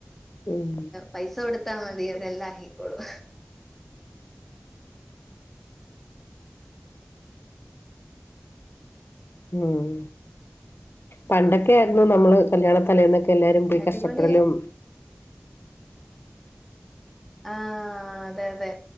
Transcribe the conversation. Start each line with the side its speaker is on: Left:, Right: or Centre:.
Left: ഉം
Centre: പൈസ കൊടുത്താ മതി അവരെല്ലാം ആക്കിക്കോളും
Left: ഉം പണ്ടൊക്കെ ആയിരുന്നു നമ്മള് കല്യാണ തലേന്നൊക്കെ എല്ലാരും പോയി കഷ്ടപ്പെടലും
Centre: അടിപൊളിയ ആഹ് അതെ അതെ